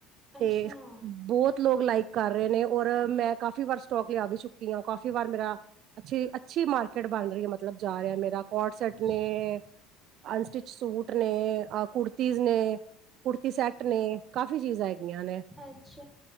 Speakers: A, in the centre; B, on the right.
A: ਅੱਛਾ,
B: ਤੇ ਬਹੁਤ ਲੋਕ ਲਾਈਕ ਕਰ ਰਹੇ ਨੇ ਔਰ ਮੈਂ ਕਾਫੀ ਵਾਰ ਸਟੋਕ ਲਿਆ ਵੀ ਚੁੱਕੀ ਆ ਕਾਫੀ ਵਾਰ ਮੇਰਾ ਅੱਛੀ ਅੱਛੀ ਮਾਰਕੀਟ ਬਨ ਰਹੀ ਏ ਮਤਲਬ ਜਾ ਰਿਹਾ ਮੇਰਾ। ਕੋਟ ਸੈਟ
A: ਅੱਛਾ।
B: ਨੇ ਅਨਸਟਿਚ ਸੂਟ ਨੇ ਅ ਕੁੜਤੀਜ ਨੇ। ਕੁਰਤੀ ਸੈੱਟ ਨੇ, ਕਾਫ਼ੀ ਚੀਜ਼ਾ ਹੈਗੀਆਂ ਨੇ।
A: ਅੱਛਾ,